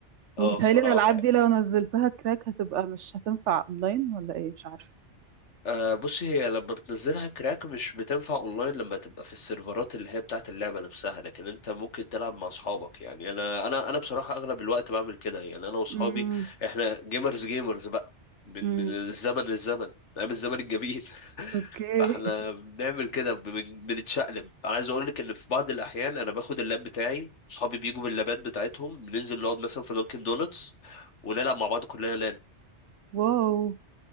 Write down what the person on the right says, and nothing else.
وبيتهيألي
الألعاب
دي لو نزلتها كراك هتبقى مش هتنفع أونلاين ولا إيه مش عارفة
امم
امم
أوكي
<laughs> واو